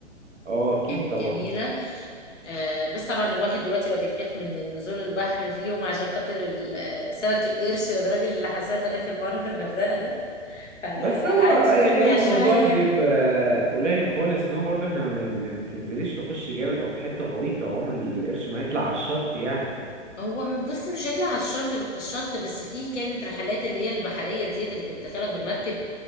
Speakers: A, on the right; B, on the left.
A: اه اكيد
B: كانت
A: طبعا
B: جميلة آه، بس طبعا الواحد دلوقتي بقى بيخاف من نزول البحر فيهم عشان خاطر ال- آه، سمك القرش والراجل اللي حصل له اخر مرة في الغردقة ده فبقى
A: بس هو
B: عندي
A: يعني
B: فوبيا
A: هو الموضوع
B: شوية
A: بيبقى قليل خالص ان هو برضو احنا ما ما بتنزليش تخش جامد او في حته غويطه وعمر ال- القرش ما هيطلع على الشط يعني
B: هو م- بص مش هيطلع على الشط الشط بس فيه كانت رحلات اللي هي البحرية ديت اللي كان بيدخلك بالمركب